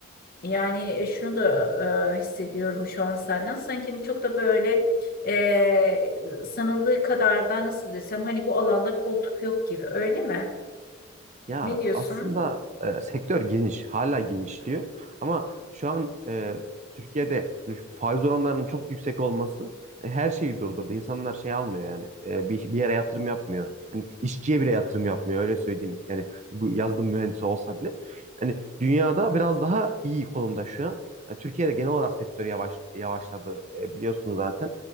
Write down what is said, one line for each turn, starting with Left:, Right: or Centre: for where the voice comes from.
Left: yani e, şunu da e, hissediyorum şu an senden sanki hani çok da böyle e, sanıldığı kadar da nasıl desem hani bu alanda koltuk yok gibi öyle mi?
Right: Ya
Left: Ne diyorsun?
Right: aslında e, sektör geniş, hala genişliyor. Ama şu an e, Türkiye'de hani şu faiz oranlarının çok yüksek olması e, her şeyi durdurdu. İnsanlar şey almıyor yani e, bir, bir yere yatırım yapmıyor. Hani işçiye bile yatırım yapmıyor öyle söyleyeyim. Yani bu yazılım mühendisi olsa bile. Yani dünyada biraz daha iyi konumda şu an. Yani Türkiye'de genel olarak sektör yavaş yavaşladı e, biliyorsunuz zaten.